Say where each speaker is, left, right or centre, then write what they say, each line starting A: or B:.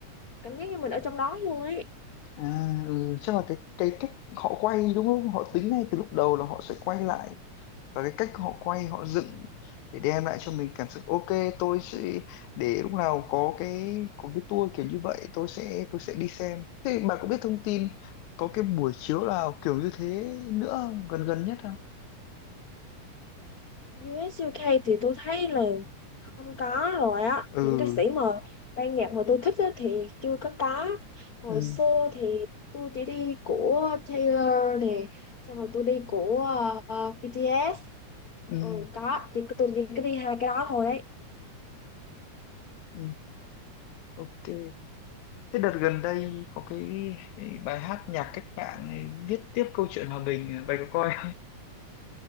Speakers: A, on the left; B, on the left.
A: cảm giác như mình ở trong đó luôn ấy
B: À, ừ, chắc là cái cái cách họ quay đúng không? Họ tính ngay từ lúc đầu là họ sẽ quay lại và cái cách họ quay họ dựng để đem lại cho mình cảm xúc ok tôi sẽ để lúc nào có cái có cái tour kiểu như vậy tôi sẽ tôi sẽ đi xem. Thế bà có biết thông tin có cái buổi chiếu nào kiểu như thế nữa không? gần gần nhất không?
A: u ét u UK thì tôi thấy là không có rồi á
B: Ừ,
A: những ca sĩ mà ban nhạc mà tôi thích á, thì chưa có có hồi
B: ừ,
A: xưa thì tôi chỉ đi của Taylor nè xong rồi tôi đi của ờ, ờ, BTS
B: ừ,
A: ừ có chỉ tôi chỉ có đi hai cái đó thôi ấy
B: ừ, ok. Thế đợt gần đây có cái bài hát nhạc cách mạng này viết tiếp câu chuyện hòa bình, bà có coi không?